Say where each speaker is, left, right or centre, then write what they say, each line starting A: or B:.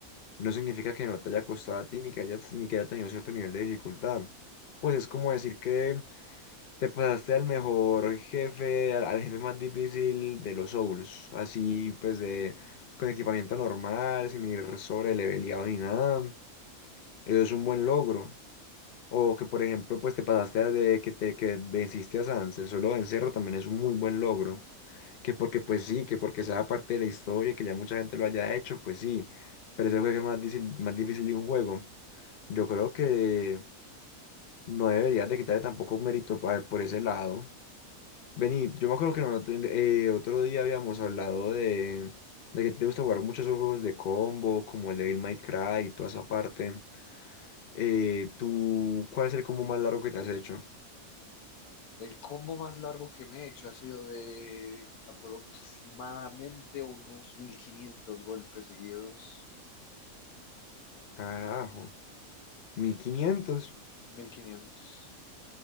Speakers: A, on the left; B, on the left.
A: no significa que no te haya costado a ti ni que hayas, ni que haya tenido cierto nivel de dificultad. Pues es como decir que te pasaste al mejor jefe, al, al jefe más difícil de los Souls. Así pues de con equipamiento normal, sin ir sobre leveleado ni nada. Eso es un buen logro. O que por ejemplo pues te pasaste a de que te que venciste a Sans, el solo vencerlo también es un muy buen logro. Que porque pues sí, que porque sea parte de la historia y que ya mucha gente lo haya hecho, pues sí. Pero es el jefe más difícil, más difícil de un juego. Yo creo que no deberías de quitarle tampoco mérito pa- por ese lado. Vení, yo me acuerdo que nosotros, eh, otro día habíamos hablado de, de que te gusta jugar muchos juegos de combo, como el Devil May Cry y toda esa parte. Eh, ¿tú cuál es el combo más largo que te has hecho?
B: El combo más largo que me he hecho ha sido de aproximadamente unos 1500 golpes seguidos.
A: Carajo, mil quinientos.
B: mil quinientos.